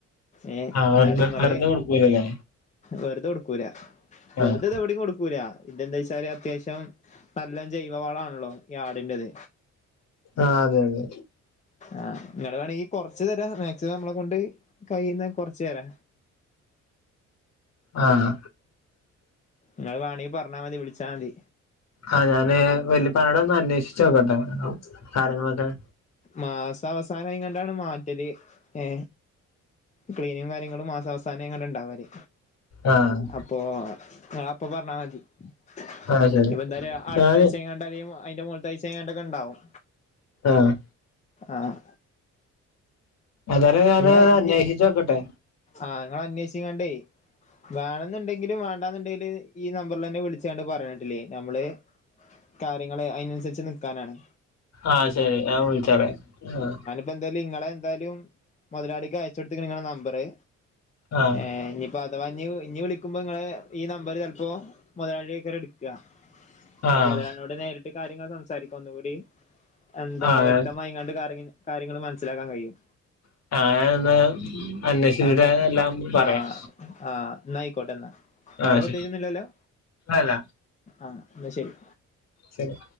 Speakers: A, on the left; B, on the left.
A: ഏ
B: ആഹ് വെറുതെ
A: ഇന്നാല് ഇങ്ങള്
B: വെറുതെ കൊടുക്കൂലല്ലേ
A: വെറുത കൊടുക്കൂല
B: ആഹ്
A: വെറുതെ ഇത് എവടിം കൊടുക്കൂല ഇതെന്തയിച്ചാല് അത്യാവശ്യം നല്ലോം ജൈവ വാളാണല്ലോ ഈ ആടിൻ്റത്
B: ആഹ് അതെ അതെ
A: ആഹ് നിങ്ങള് വേണെങ്കി കൊറ്ച്ച് തരാ മാക്സിമം നമ്മളെ കൊണ്ട് കഴിയുന്ന കൊറച്ച് തരാ.
B: ആഹ്
A: ഇങ്ങള് വാണെങ്കി പറ്ഞ്ഞാ മതി വിളിച്ചാ മതി
B: ആഹ് ഞാന് വല്ലിപ്പാനോടൊന്ന് അന്വേഷിച്ചു നോക്കട്ടെ കാര്യങ്ങളൊക്കെ.
A: മാസാവസാന ആയിങ്ങാണ്ടാണ് മാറ്റല് ഏ ക്ലീനും കാര്യങ്ങളും മാസാവസാനം ആയിങ്ങാണ്ടാണ് ഇണ്ടാവല്.
B: ആഹ്
A: പ്പോ ഞാപ്പം പറഞ്ഞമാതിരി ഇനി
B: ആഹ് ശരി
A: ഇപ്പൊ എന്തായാലും അട്ത്ത
B: ഞാന്
A: ആഴ്ചങ്ങ ണ്ടാവിമു അയിന്റെ മോള്ത്താഴിച്ചെ ആയിങ്ങാണ്ടൊക്കെ ഇണ്ടാവും
B: ആഹ്
A: ആഹ്
B: ഏതാലും ഞാന്
A: എന്നാ ഇഞ്ഞ്
B: അന്വേഷിച്ച് നോക്കട്ടെ
A: ആഹ് ഇങ്ങള് അന്വേഷിങ്ങാണ്ടേ വേണന്ന്ണ്ടെങ്കിലും വേണ്ടാന്ന്ണ്ടെങ്കിലും ഈ നമ്പറ് ലന്നെ വിളിച്ചാണ്ട് പറയഞ്ഞെട്ടില്ലേ ഞമ്മള്. കാര്യങ്ങള് അയിനൻസരിച്ച് നിക്കാനാണ്
B: ആഹ് ശെരി ഞാൻ വിൾച്ചാളെ ആഹ്
A: ബെന്തെല്ലു ഇങ്ങള് എന്തായാലും മൊതലാളിക്ക് അയച്ചൊട്ത്ത്ക്ക്ണ് ഇങ്ങളെ നമ്പറ്
B: ആഹ് ആഹ്
A: ഏഹ് ഇഞ്ഞ് അപ്പൊ അതവാഞ്ഞ് ഇഞ്ഞ് വിളിക്കുമ്പ ഇങ്ങളെ ഈ നമ്പര് ചെലപ്പോ മൊതലാള്യേക്കാരം ഇട്ക്ക. അപ്പൊ
B: ആഹ്
A: മുതലാളി നേരിട്ട് കാര്യങ്ങൾ സംസാരിക്ക ഒന്നുകൂടി എന്താ
B: ആഹ്
A: വ്യക്തമായിങ്ങാണ്ട് കാര്യങ്ങ കാര്യങ്ങള് മനസ്സിലാക്കാൻ കഴിയും
B: ആഹ് <unintelligible>
A: ആന്ന
B: എല്ലാം പറയാം
A: ആഹ് ആഹ് ന്നായിക്കോട്ടെ ഇന്നാ വേറെ
B: ആഹ്
A: പ്രത്യേക
B: ശരി
A: ഒന്നുല്ലല്ലോ
B: അല്ല
A: ആഹ് ഇന്നാ ശെരി
B: ശരി